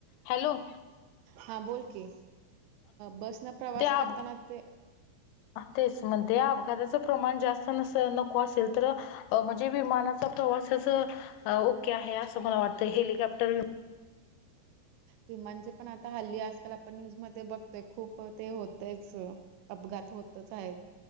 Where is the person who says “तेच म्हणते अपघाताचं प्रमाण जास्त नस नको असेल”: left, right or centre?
Left